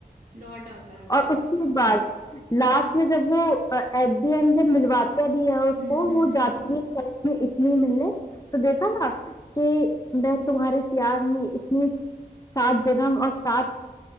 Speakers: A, on the right; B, on the left.
A: लौट आता है वो
B: और उसके बाद लास्ट में जब वो एट द एंड जब मिलवाता भी है उसको
A: हम्म हम्म
B: वो
A: हम्म
B: जाती भी है चर्च में इटली मिलने तो देखा ना कि मैं तुम्हारे प्यार में इतनी सात जन्म और सात